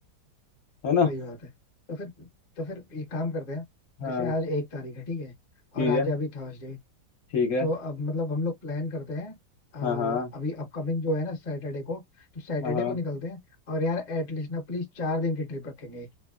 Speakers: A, on the left (about 65°); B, on the left (about 35°).
A: है ना
B: सही बात है तो फिर तो फिर एक काम करते हैं
A: हाँ
B: जैसे आज एक तारीख है ठीक है
A: ठीक
B: और आज
A: है
B: है अभी थर्सडे
A: ठीक है
B: तो अब मतलब हम लोग प्लान करते हैं अ,
A: हाँ हाँ
B: अभी अपकमिंग जो है ना सैटरडे को तो सैटरडे
A: हाँ हाँ
B: को निकलते हैं और यार एटलीस्ट ना प्लीज चार दिन की ट्रिप रखेंगे